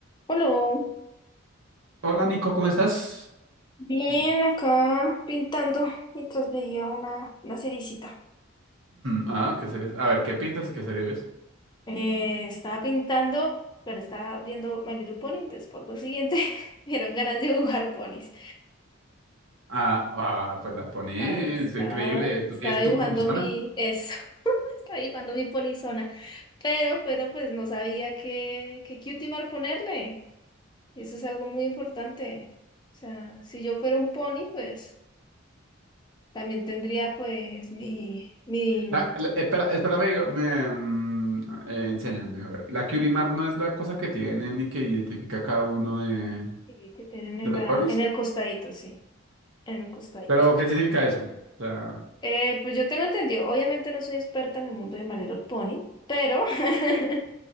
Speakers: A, on the left; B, on the right.
A: Hola,
B: Hola Nico, ¿cómo estás?
A: Bien,
B: <clears throat>
A: acá pintando mientras veía una, una seriecita.
B: Ah, ¿qué series? A ver, ¿qué pintas y qué series ves?
A: Eh, estaba pintando, bueno, estaba viendo My Little Pony, entonces por consiguiente <laughs> me dieron ganas de dibujar ponis.
B: Ah, ah, pues las pones,
A: Estaba, estaba,
B: es increíble. ¿Tú
A: estaba
B: tienes
A: dibujando
B: tu ponizona?
A: mi, eso, <laughs> estaba dibujando mi ponizona, pero, pero pues no sabía qué, qué cutimar ponerle. Y eso es algo muy importante. O sea, si yo fuera un pony, pues también tendría pues mi, mi
B: La, la- espera, espérame, me, mm, eh, enséñame, a ver. ¿La Curie Mark no es la cosa que tienen y que identifica cada uno de, de
A: Sí, que tienen en
B: los
A: la,
B: ponis?
A: en el costadito, sí, en el costadito.
B: ¿Pero qué significa eso? O sea,
A: Eh, pues yo tengo entendido, obviamente no soy experta en el mundo de My Little Pony, pero <laughs>